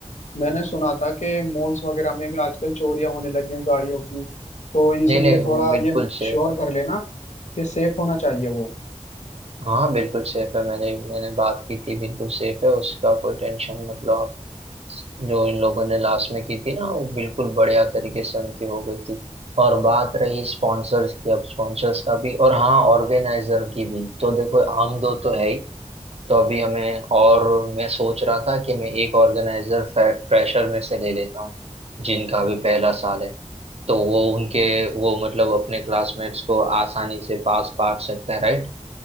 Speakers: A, on the left; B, on the right.
A: मैंने सुना था कि मॉल्स वगैरह में भी आजकल चोरियां होने लगी हैं गाड़ियों की तो इसलिए
B: नहीं नहीं वो
A: थोड़ा
B: बिल्कुल
A: ये
B: सेफ
A: श्योर
B: है
A: कर लेना कि सेफ होना चाहिए वो
B: हाँ बिल्कुल सेफ है मैंने मैंने बात की थी बिल्कुल सेफ है उसका कोई टेंशन मतलब आप जो इन लोगों ने लास्ट में की थी ना वो बिल्कुल बढ़िया तरीके से उनकी हो गई थी और बात रही स्पॉन्सर्स की अब स्पॉन्सर्स का भी और हाँ ऑर्गेनाइजर की भी तो देखो हम दो तो है ही तो अभी हमें और मैं सोच रहा था कि मैं एक ऑर्गेनाइजर फ्रेशर में से ले लेता हूँ जिनका अभी पहला साल है तो वो उनके वो मतलब अपने क्लासमेट्स को आसानी से पास बांट सकता है राइट